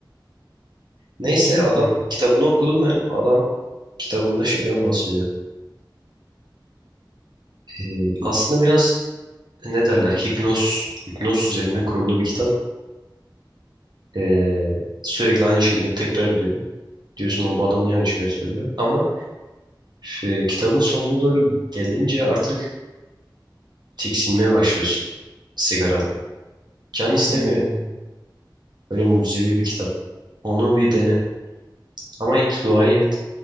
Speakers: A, on the right (about 60°); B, on the right (about 35°).
A: Neyse
B: Allah
A: adam
B: Allah.
A: kitabını okudum ben. Adam kitabında şeyden bahsediyor. Ee, aslında biraz ne derler hipnoz, hipnoz üzerine kurulu bir kitap. Ee, sürekli aynı şeyleri tekrar ediyor. Diyorsun lan bu adam niye aynı şeyleri söylüyor? Ama e, kitabın sonuna doğru gelince artık tiksinmeye başlıyorsun sigaradan. Can istemiyor.
B: Hmm.
A: Böyle mucizevi bir kitap. Onu bir dene. Ama ilk duayı et.